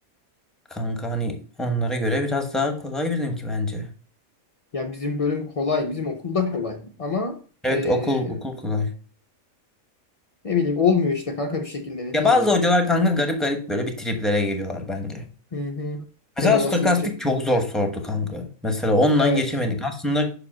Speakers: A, in the centre; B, on the left.
A: Kanka hani onlara göre biraz daha kolay bizimki bence.
B: Ya bizim bölüm kolay. Bizim okulda kolay. Ama
A: Evet
B: ee,
A: okul okul kolay.
B: Ne bileyim olmuyor işte kanka bir şekilde ne
A: Ya
B: diyeyim
A: bazı
B: yani.
A: hocalar kanka garip garip böyle bir triplere giriyorlar bence.
B: Hı hı.
A: Mesela
B: Hele olasılıkçı.
A: stokastik çok zor sordu kanka. Mesela ondan
B: Evet.
A: geçemedik. Aslında